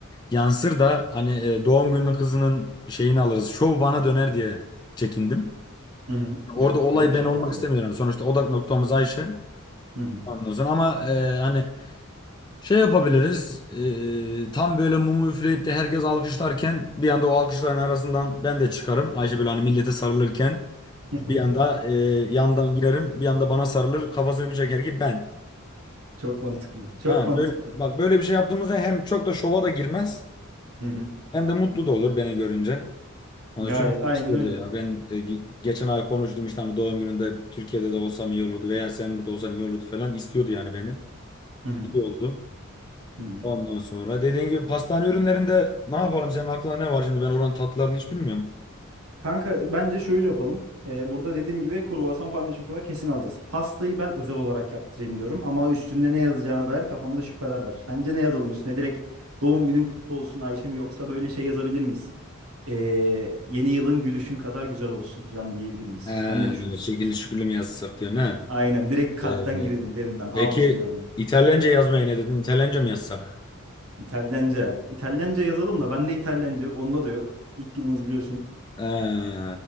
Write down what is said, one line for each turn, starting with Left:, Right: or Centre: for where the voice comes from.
Left: yansır da hani e, doğum günü kızının şeyini alırız. Şov bana döner diye çekindim.
Right: Hı hı.
Left: Orada
Right: Yok
Left: olay
Right: öyle bir
Left: ben
Right: şey
Left: olmak
Right: olmaz
Left: istemiyorum.
Right: ya.
Left: Sonuçta odak noktamız Ayşe.
Right: Hı hı.
Left: Ondan sonra ama e, hani şey yapabiliriz. e, tam böyle mumu üfleyip de herkes alkışlarken bir anda o alkışların arasından ben de çıkarım. Ayşe böyle hani millete sarılırken.
Right: <laughs>
Left: Bir anda e, yandan girerim, bir anda bana sarılır, kafasını bir çeker ki ben.
Right: Çok mantıklı. Çok
Left: Ha
Right: mantıklı.
Left: böyle bak böyle bir şey yaptığımızda hem çok da şova da girmez
Right: Hı hı.
Left: hem de mutlu da olur beni görünce. Hani
Right: Gayet
Left: çünkü
Right: aynen
Left: çok istiyordu
Right: öyle.
Left: ya. Ben e, ge- geçen ay konuştum işte hani doğum gününde Türkiye'de de olsam iyi olurdu veya sen burada olsan iyi olurdu falan istiyordu yani beni.
Right: Hı hı.
Left: İyi oldu.
Right: Hı hı.
Left: Ondan sonra dediğin gibi pastane ürünlerinde ne yapalım senin aklına ne var şimdi ben oranın tatlılarını hiç bilmiyorum.
Right: Kanka bence şöyle yapalım. Ee, burada dediğim gibi kruvasan pande şokola kesin alacağız. Pastayı ben özel olarak yaptırayım diyorum ama üstünde ne yazacağına dair kafamda şüpheler var. Sence ne yazalım üstüne? Direkt doğum günün kutlu olsun Ayşe mi yoksa böyle şey yazabilir miyiz? Ee, yeni yılın gülüşün kadar güzel olsun falan diyebilir miyiz?
Left: He,
Right: Sen ne düşünüyorsun?
Left: böyle şekilli şükürlü mü yazsak diyor ne?
Right: Aynen direkt kalpten
Left: Ee,
Right: girelim derinden ağlasın
Left: peki
Right: bir anda.
Left: İtalyanca yazmaya ne dedin? İtalyanca mı yazsak?
Right: İtalyanca. İtalyanca yazalım da bende İtalyanca yok onda da yok. İlk yılımız biliyorsun.
Left: Ee,